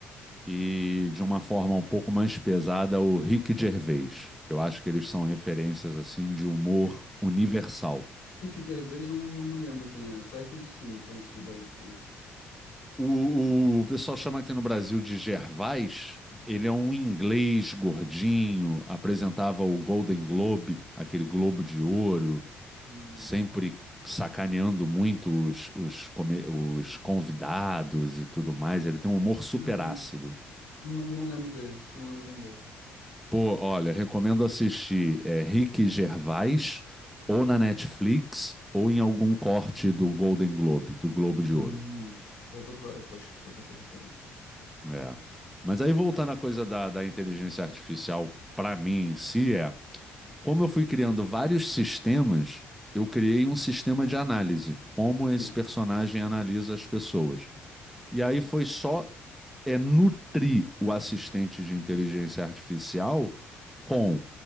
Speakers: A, in the centre; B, on the left.
A: e de uma forma um pouco mais pesada, o Rick Gervais. Eu acho que eles são referências assim de humor
B: Ri-
A: universal.
B: Rick Gervais, não, não me lembro quem é. Seinfeld, sim, conheço bem, mas...
A: O, o, o pessoal chama aqui no Brasil de Gervais. Ele é um inglês gordinho, apresentava o Golden Globe, aquele Globo de Ouro.
B: hum,
A: sempre sacaneando muito os, os, come- os convidados e tudo mais. Ele tem um humor super
B: hum,
A: ácido.
B: não, não lembro dele, não lembro bem dele.
A: Pô, olha, recomendo assistir é, Rick Gervais ou na Netflix ou em algum corte do Golden Globe, do Globo de
B: Hum,
A: Ouro.
B: hum, hum. vou procurar depois para ter essa referência.
A: É. Mas aí voltando à coisa da, da inteligência artificial, para mim em si é, como eu fui criando vários sistemas, eu criei um sistema de análise, como esse
B: Sim,
A: personagem analisa as pessoas. E aí foi só é nutrir o assistente de inteligência artificial com